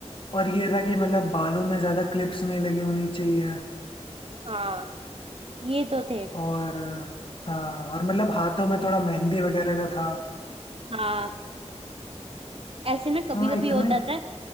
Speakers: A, on the left (about 45°); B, on the right (about 55°).
A: और ये था कि मतलब बालों में ज्यादा क्लिप्स नहीं लगी होनी चाहिए
B: हाँ ये तो थे
A: और हाँ और मतलब हाथों में थोड़ा मेहंदी वगैरह का था
B: हाँ ऐसे ना कभी
A: हाँ
B: कभी
A: इतना
B: होता
A: ही
B: था